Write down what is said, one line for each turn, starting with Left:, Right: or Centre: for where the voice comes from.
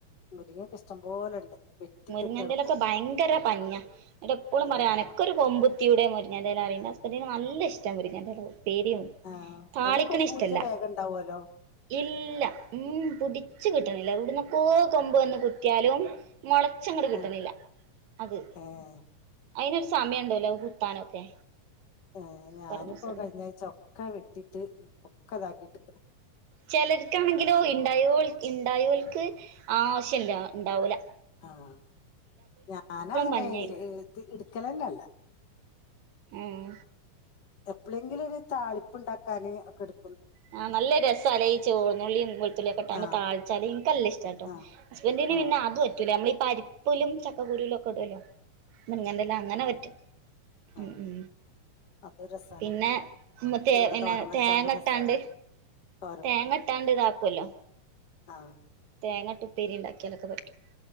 Left: മുരിങ്ങക്കെ ഇഷ്ട ഇഷ്ടം പോലെണ്ട് വെട്ടിട്ടക്കാണിപ്പോ
Right: മുരിങ്ങന്റെലക്ക് ഭയങ്കര പഞ്ഞ എന്നിട്ട എപ്പോഴും പറയാ
Left: ആഹ്
Right: അനൊക്കെ ഒരു കൊമ്പ കുത്തിയൂടെയും മുരുങ്ങന്റെ ഇല എന്റെ അസ്ബന്റിന് നല്ല ഇഷ്ടം മുരുങ്ങന്റെ ഇല പേരിയും
Left: ആഹ്
Right: തളിക്കണോ
Left: അതൊരു കൊമ്പ്
Right: ഇഷ്ടം
Left: കുത്തിയ
Right: ഇല്ല
Left: വേഗം ഉണ്ടാവുല്ലോ
Right: ഇല്ല ഉം പുടിച്ച് കിട്ട കട്ടണില്ല ഇവിട്ന്നോക്കെ കൊമ്പ് വന്ന് കുത്തിയാലും മുളച്ചങ്ങട്ട് കിട്ടണില്ല
Left: ആഹ്
Right: അത്
Left: ഏഹ്
Right: അതിനൊരു സമയം ഉണ്ടല്ലോ കുത്താനൊക്കെ
Left: ഏ ഞാനിപ്പോ
Right: കർമൂസന്
Left: കഴിഞ്ഞആഴ്ച ഒക്കെ വെട്ടിട്ട് ഒക്ക ഇതാക്കിട്ട്ക്ക
Right: ചിലർക്കാണെങ്കിലോ ഉണ്ടായോ ഉണ്ടായോൽക്ക് ആവശ്യല്ല ഉണ്ടാവൂല
Left: ആഹ ഞൻ അങ്ങനെ
Right: പഞ്ഞായിരിക്കും
Left: എടുക്കല് അല്ലോ ഇല്ല
Right: ഉം
Left: എപ്പോഴെങ്കിലും ഒരു താളിപ്പ് ഉണ്ടാക്കാാന് ഒക്കെ എടു
Right: ആഹ നല്ല രസാല ചോന്നുള്ളിയും വെളത്തുള്ളിയൊക്കെ ഇട്ടാണ്ട്
Left: ആഹ്
Right: താഴിച്ചാല് എനക്ക്ല്ല ഇഷ്ടട്ടോ
Left: ആഹ്
Right: ഹസ്ബൻ ഇന്
Left: ആഹ്
Right: പിന്നെ അത് പറ്റൂല നമ്മളിപ്പ പരിപ്പലും ചക്കുരുലും ഒക്കെ ഇടുല്ലോ മുൻകണ്ടല്ല അങ്ങനെ പറ്റും
Left: ആഹ്
Right: ഉ ഉ
Left: അത് രസാണ്
Right: പിന്നെ
Left: മുരിങ്ങ
Right: പിന്നെ
Left: തോരൻ വെച്ചാലും
Right: തേങ്ങ
Left: രസാണ്
Right: ഇട്ടാണ്ട്
Left: തോരൻ
Right: തേങ്ങ ഇട്ടാണ്ട് ഇതാക്കല്ലോ
Left: ആഹ
Right: തേങ്ങാട്ടുപ്പേരി ഉണ്ടാക്കിയാലൊക്കെ പറ്റും